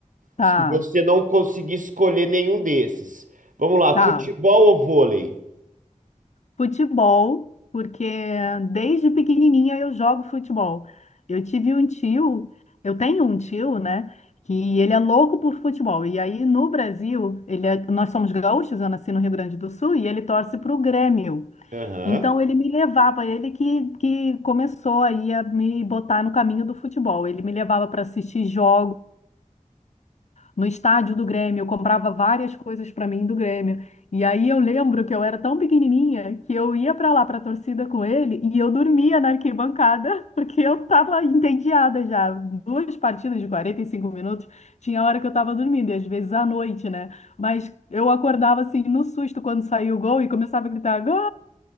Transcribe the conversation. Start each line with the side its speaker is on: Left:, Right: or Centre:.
Left: Tá,
Right: Se você não conseguir escolher nenhum desses. Vamos lá,
Left: tá.
Right: futebol ou vôlei?
Left: Futebol, porque desde pequenininha eu jogo futebol. Eu tive um tio, eu tenho um tio, né, que ele é louco por futebol. E aí no Brasil, ele é- nós somos gaúchos, eu nasci no Rio Grande do Sul, e ele torce para o Grêmio.
Right: Aham.
Left: Então ele me levava, ele que, que começou aí a me botar no caminho do futebol. Ele me levava para assistir jogos. no estádio do Grêmio, eu comprava várias coisas para mim do Grêmio. E aí eu lembro que eu era tão pequenininha que eu ia para lá para a torcida com ele e eu dormia na arquibancada <laughs> porque eu estava entediada já. Duas partidas de 45 minutos, tinha hora que eu estava dormindo, e às vezes à noite, né? Mas eu acordava assim no susto quando saía o gol e começava a gritar: "Gol!"